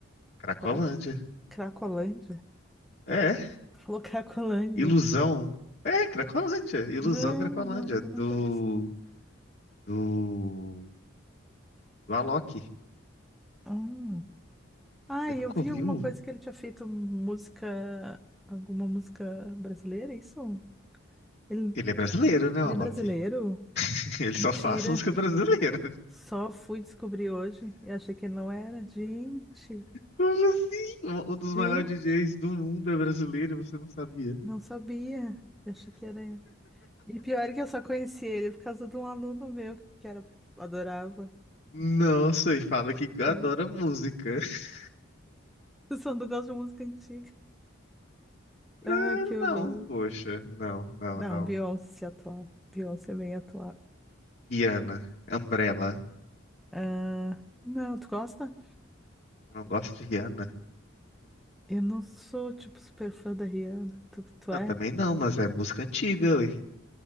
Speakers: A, on the left (about 45°); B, in the centre.
A: Cracolândia.
B: Cra- Cracolândia?
A: É,
B: Tu Falou Cracolândia.
A: Ilusão. É, Cracolândia. Ilusão
B: Não,
A: Cracolândia.
B: não, eu
A: Do.
B: não conheço, não.
A: Do. Do Alok.
B: Hum. Ah,
A: Você
B: e
A: nunca
B: eu vi
A: ouviu?
B: alguma coisa que ele tinha feito música, alguma música brasileira, é isso? Ele,
A: Ele é brasileiro, né,
B: ele
A: o Alok?
B: é brasileiro?
A: <laughs> Ele só
B: Mentira.
A: faz música brasileira.
B: Só fui descobrir hoje e achei que ele não era. Gente.
A: Como assim? Um um dos
B: Gente,
A: maiores DJs do mundo é brasileiro e você não sabia?
B: não sabia. Eu achei que era. E pior é que eu só conheci ele por causa de um aluno meu que era... adorava.
A: Nossa, e fala que adora
B: né? <laughs>
A: música. <laughs>
B: Eu só não gosto de música antiga. Ai,
A: Ah,
B: que horror.
A: Não, poxa, não, não,
B: Não,
A: não.
B: Beyoncé atual. Beyoncé é bem atual.
A: Rihanna, Umbrella.
B: Ah, não, tu gosta?
A: Eu não gosto de Rihanna.
B: Eu não sou, tipo, super fã da Rihanna. Tu, tu
A: Ah,
B: é?
A: também não, mas é música antiga. ué.